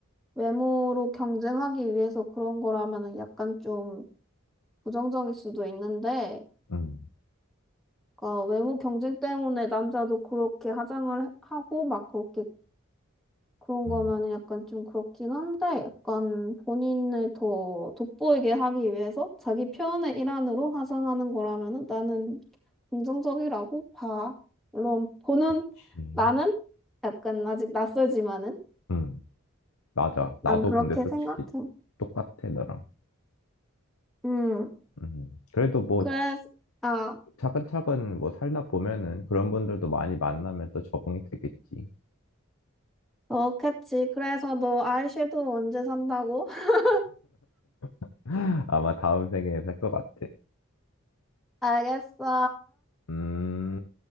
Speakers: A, in the centre; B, on the left.
A: 외모로 경쟁하기 위해서 그런 거라면은 약간 좀 부정적일 수도 있는데,
B: 음,
A: 그러니까 외모 경쟁 때문에 남자도 그렇게 화장을 하고 막 그렇게 그런
B: 음,
A: 거면은 약간 좀 그렇긴 한데, 약간 본인을 더 돋보이게 하기 위해서 자기 표현의 일환으로 화장하는 거라면은 나는 긍정적이라고 봐. 물론 보는
B: 그치.
A: 나는 약간 아직 낯설지만은
B: 음, 맞아.
A: 난
B: 나도
A: 그렇게
B: 근데 솔직히
A: 생각해.
B: 똑같아, 너랑.
A: 음,
B: 음, 그래도 뭐,
A: 그래서 아,
B: 차근차근 뭐 살다 보면은 그런 분들도 많이 만나면 또 적응이 되겠지.
A: 그렇겠지. 그래서 너 아이섀도우 언제 산다고? <laughs>
B: <laughs> 아마 다음 생에 살 것 같아.
A: 알겠어.
B: 음.